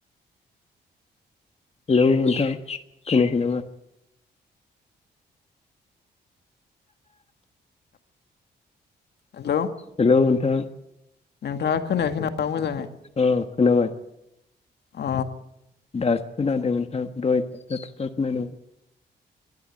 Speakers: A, on the left (about 35°); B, on the left (about 70°).
A: हेलौ नोंथां खोनायाखै नामा?
B: हेलौ
A: हेलौ नोंथां
B: नोंथाङा खोनायाखै नामा मोजाङै?
A: औ खोनाबाय।
B: अ
A: दास खोनादों नोंथां दहाय थाबथा थुबथा खोनादोंमोन।